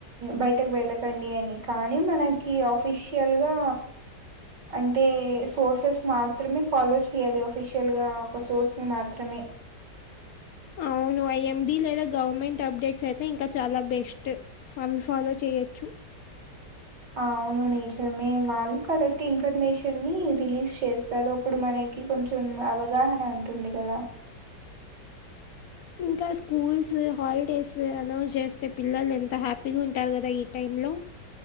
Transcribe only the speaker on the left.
అవును ఐ ఎం డి లేదా గవర్నమెంట్ అప్డేట్స్ అయితే ఇంకా చాలా బెస్ట్. ఫన్ ఫాలో చేయచ్చు
ఇంకా స్కూల్సు హాల్డేసు అనౌన్ జేస్తే పిల్లలు ఎంత హ్యాపీగు ఉంటారు గదా ఈ టైం లో